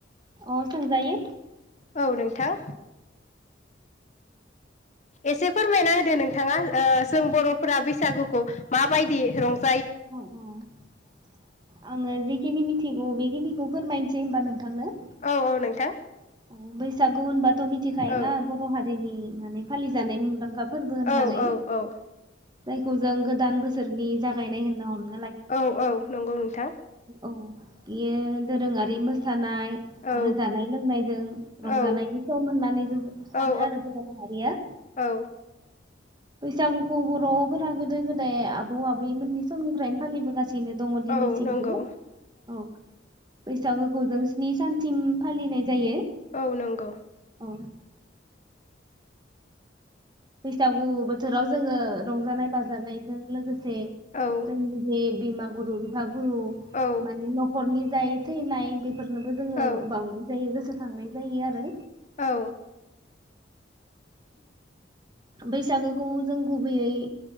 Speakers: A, on the right; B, on the left.
A: अ सोंजायो।
B: औ नोंथां एसे फोरमायना होदो नोंथांङा ओ जों बर'फोरा बैसागुखौ माबायदि रंज
A: उम्म उम्म आंङो जिखिनि मिथिगौ बेखिनिखौ फोरमायनोसै होनबा नोंथांनो।
B: औ औ नोंथां।
A: अ बैसागु होनबा थ मिथिखायो
B: औ
A: ना बर' हारिनि माने फालि जानाय मुंदांखा फोरबो होननानै
B: औ औ औ
A: जायखौ जों गोदान बोसोरनि जागायनाय होनना हम
B: औ औ नंगौ नोंथां।
A: औ बियो दोरोंङारि मोसानाय
B: औ
A: आरो जानाय लोंनाय जों रंजानायनि
B: औ
A: सम होननानै जों सानो
B: औ
A: आरो बर माहारिया।
B: औ
A: बैसागुखौ बर'फोरा गोदो गोदाय आबौ आबै मोनै समनिफ्रायनो फालिबोगासि नो दङ दिनैसिमबो
B: औ नंगौ
A: औ। बैसागोखौ जों स्नि सानसिम फालिनाय जायो।
B: औ नंगौ।
A: ओं। बैसागु बोथोराव जोङो रंजानाय बाजानायजों लोगो से
B: औ
A: जोंनि बे बिमा- गुरु बिफां। गु
B: औ
A: माने नखरनि जायो थैनाय बिब फोरनोबो जोङो
B: औ
A: बावनाय जायो गोसो थांनाय जायो आरो
B: औ
A: बैसागोखौ जों गुबैयै